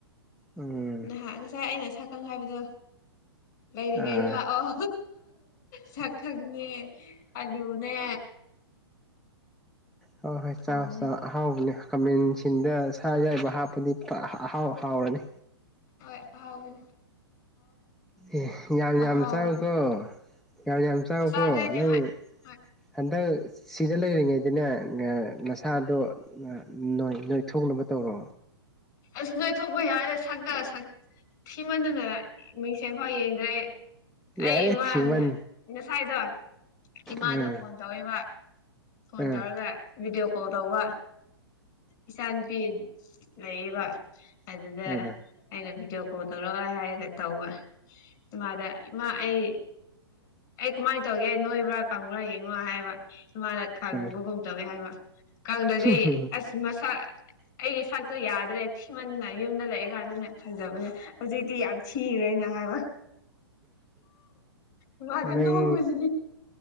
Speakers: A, in the centre; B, on the left (about 45°).
A: ꯎꯝ
B: ꯅꯍꯥꯛ ꯉꯁꯥꯏ ꯑꯩꯅ ꯁꯛꯀꯪ ꯍꯥꯏꯕꯗꯣ ꯂꯩꯔꯤꯉꯩꯗ
A: ꯑꯥ
B: ꯂꯥꯛꯑꯣ ꯁꯛꯈꯪꯅꯦ ꯑꯂꯨꯅꯦ
A: ꯍꯣ ꯍꯣꯏ
B: ꯊꯣꯡꯉꯦ
A: ꯆꯥꯎ ꯆꯥꯎ ꯑꯍꯥꯎꯕꯅꯦ ꯈꯥꯃꯦꯟꯁꯤꯟꯗ ꯁꯥ ꯌꯥꯏꯕ ꯍꯥꯞꯄꯗꯤ ꯐꯥ ꯑꯍꯥꯎ ꯍꯥꯎꯔꯅꯤ
B: ꯍꯣꯏ ꯑꯍꯥꯎꯕꯅꯦ
A: ꯑꯦ ꯌꯥꯝ ꯌꯥꯝ
B: ꯑꯍꯥꯎꯕꯅꯤ
A: ꯆꯥꯎꯀꯣ ꯌꯥꯝ ꯌꯥꯝ ꯆꯥꯎꯀꯣ
B: ꯆꯥꯗꯣꯏꯅꯦ
A: ꯅꯪ
B: ꯍꯣꯏ ꯍꯣꯏ
A: ꯍꯟꯗꯛ ꯁꯤꯗ ꯂꯩꯔꯤꯉꯩꯗꯅꯦ
B: ꯎꯝ
A: ꯅꯁꯥꯗꯣ ꯅ ꯅꯣꯏ ꯅꯣꯏ ꯊꯣꯛꯅꯕ ꯇꯧꯔꯣ
B: ꯑꯁ ꯅꯣꯏ ꯊꯣꯛꯄ ꯌꯥꯏꯗꯦ ꯁꯛꯇꯥ ꯁꯛ ꯊꯤꯃꯟꯗꯅ ꯃꯤꯡꯁꯦꯟꯐꯥꯎ ꯌꯦꯡꯗ꯭ꯔꯦ ꯑꯩ ꯑꯩ
A: ꯌꯥꯔꯦ
B: ꯏꯃꯥꯅ
A: ꯊꯤꯃꯟ
B: ꯉꯁꯥꯏꯗꯣ ꯏꯃꯥꯗ
A: ꯎꯝ
B: ꯐꯣꯟ ꯇꯧꯋꯦꯕ ꯐꯣꯟ
A: ꯎꯝ
B: ꯇꯧꯔꯒ ꯚꯤꯗꯤꯑꯣ ꯀꯣꯜ ꯇꯧꯕ ꯏꯆꯥꯅꯨꯄꯤ ꯂꯩꯌꯦꯕ ꯑꯗꯨꯗ
A: ꯎꯝ
B: ꯑꯩꯅ ꯚꯤꯗꯤꯑꯣ ꯀꯣꯜ ꯇꯧꯔꯛꯑꯣ ꯍꯥꯏꯔꯒ ꯇꯧꯕ ꯏꯃꯥꯗ ꯏꯃꯥ ꯑꯩ ꯑꯩ ꯀꯃꯥꯏ ꯇꯧꯒꯦ ꯅꯣꯏꯕ꯭ꯔꯥ ꯀꯪꯕ꯭ꯔꯥ ꯌꯦꯡꯉꯣ ꯍꯥꯏꯕ ꯏꯃꯥꯅ ꯀꯪꯕꯒꯨꯝ
A: ꯎꯝ
B: ꯇꯧꯋꯦ ꯍꯥꯏꯕ ꯀꯪꯗꯗꯤ
A: ꯎꯝ
B: ꯑꯁ ꯃꯁꯥ ꯑꯩꯒꯤ ꯁꯛꯇꯣ ꯌꯥꯗ꯭ꯔꯦ ꯊꯤꯃꯟꯅ ꯌꯨꯝꯗ ꯂꯩꯔꯤꯀꯥꯟꯗꯅꯦ ꯐꯖꯕꯅꯦ ꯍꯧꯖꯤꯛꯇꯤ ꯌꯥꯝ ꯊꯤꯒ꯭ꯔꯦꯅ ꯍꯥꯏꯕ ꯏꯃꯥꯗ
A: ꯅꯪ
B: ꯅꯣꯛꯄꯁꯤꯗꯤ